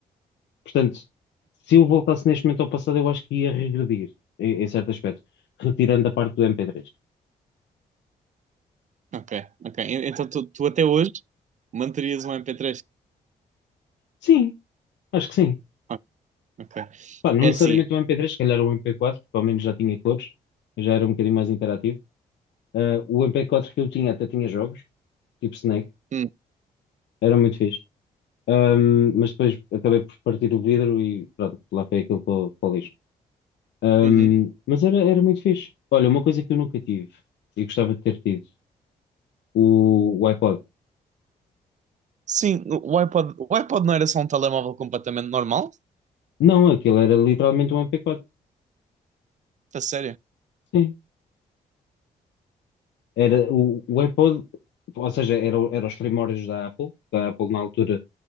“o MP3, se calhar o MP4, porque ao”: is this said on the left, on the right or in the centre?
Left